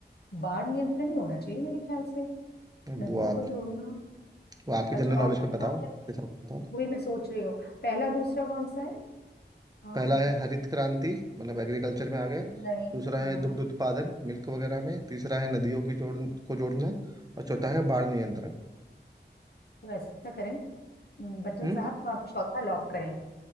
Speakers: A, on the left; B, on the right.
A: बाढ़ नियंत्रण ही होना चाहिए मेरे ख्याल से
B: अब
A: नदियों
B: वो आप
A: को जोड़ना
B: वो आपकी
A: अच्छा
B: जनरल नॉलेज
A: और कौन
B: पे
A: सा
B: बताओ
A: ऑप्शन
B: इसके
A: है
B: साथ बताओ
A: वही मैं सोच रही हूँ पहला दूसरा कौन सा है अम,
B: पहला है हरित क्रांति मतलब एग्रीकल्चर में आ गए
A: नहीं
B: दूसरा है
A: हाँ
B: दुग्ध उत्पादन मिल्क वगैरह में तीसरा है नदियों की जोड़ को जोड़ना और चौथा है बाढ़ नियंत्रण
A: तो ऐसा करें अम, बच्चन
B: हम्म
A: साहब तो आप चौथा लॉक करें